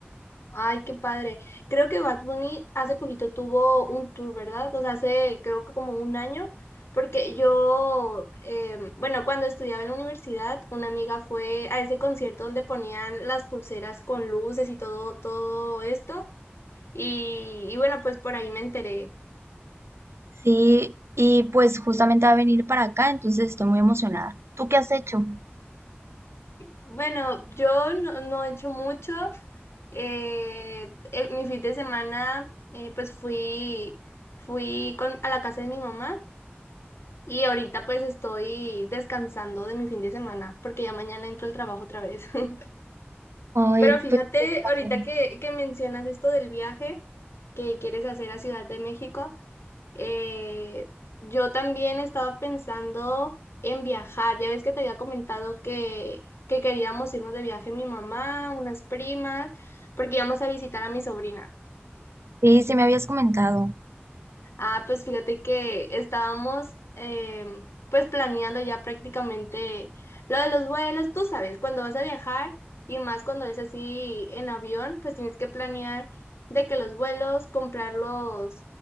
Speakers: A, on the left; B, on the right.
A: Ay, qué padre. Creo que Bad Bunny hace poquito tuvo un tour, ¿verdad? O sea, hace creo que como un año, porque yo, em, bueno, cuando estudiaba en la universidad, una amiga fue a ese concierto donde ponían las pulseras con luces y todo, todo esto. Y, y bueno, pues por ahí me enteré.
B: Sí, y pues justamente va a venir para acá, entonces estoy muy emocionada. ¿Tú qué has hecho?
A: Bueno, yo no, no he hecho mucho. Eh, el- mi fin de semana, eh, pues fui, fui con, a la casa de mi mamá. Y ahorita pues estoy descansando de mi fin de semana porque ya mañana entro al trabajo otra vez. <laughs>
B: Ay,
A: Pero fíjate,
B: pues qué padre.
A: ahorita que, que mencionas esto del viaje que quieres hacer a Ciudad de México, eh, yo también estaba pensando en viajar. Ya ves que te había comentado que, que queríamos irnos de viaje mi mamá, unas primas, porque íbamos a visitar a mi sobrina.
B: sí, sí me habías comentado
A: Ah, pues fíjate que estábamos em, pues planeando ya prácticamente lo de los vuelos, tú sabes, cuando vas a viajar y más cuando es así en avión, pues tienes que planear de que los vuelos, comprarlos